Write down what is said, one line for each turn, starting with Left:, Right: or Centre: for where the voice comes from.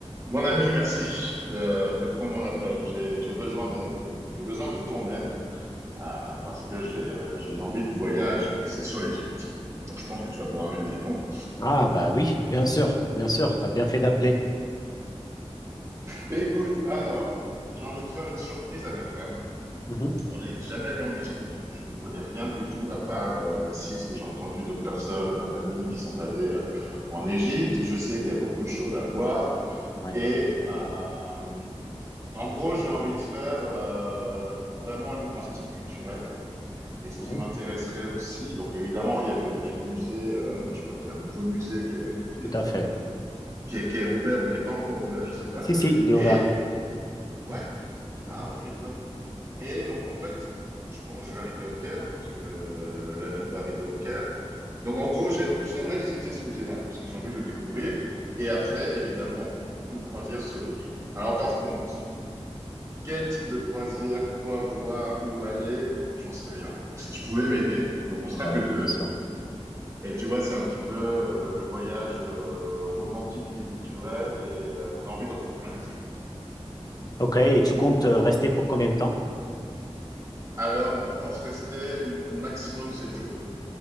Right: Mon ami, merci de, de prendre mon appel. J'ai j'ai besoin d'aide. J'ai besoin de ton aide euh, parce que j'ai euh, j'ai une envie de voyage et c'est sur l'Égypte. Donc je pense que tu vas pouvoir m'aider, non?
Left: Ah bah oui, bien sûr, bien sûr, t'as bien fait d'appeler.
Right: Écoute, alors, j'ai envie de faire une surprise à ma femme.
Left: Mhm,
Right: On n'est jamais allé en Égypte. Je ne connais rien du tout à part euh, si ce que j'ai entendu d'autres personnes, euh, d'amis qui sont allés euh, en Égypte. Je sais qu'il y a beaucoup de choses à voir
Left: Ouais,
Right: et euh, en gros, j'ai envie de faire euh, vraiment une partie culturelle Et ce
Left: mhm,
Right: qui m'intéresserait aussi, donc évidemment, il y a le, il y a le musée, euh, je crois qu'il y a un nouveau musée qui est, qui
Left: tout
Right: est en train
Left: à fait.
Right: de- qui est, qui est ouvert ou qui n'est pas encore ouvert, je sais pas.
Left: Si, si, il est ouvert.
Right: Et, ouais,
Left: Mhm, mhm.
Right: ah, ok, top. Et donc, en fait, je pense, je vais arriver au Caire, hein, puisque euh, l'avion va arriver au Caire. Donc, en gros, j'aime- j'aimerais visiter ce musée-là, parce que j'ai envie de le découvrir. Et après, évidemment, une croisière sur le Nil. Alors, par contre, quel type de croisière, quoi voir, où aller, j'en sais rien. Donc, si tu pouvais m'aider, donc on sera
Left: Bah
Right: que
Left: oui,
Right: deux.
Left: bien sûr.
Right: Et tu vois, c'est un petit peu euh, le voyage euh, romantique et culturel et euh, on a envie d'en prendre plein les yeux.
Left: Ok, et tu comptes euh, rester pour combien de temps?
Right: Alors, on pense rester un maximum sept jours.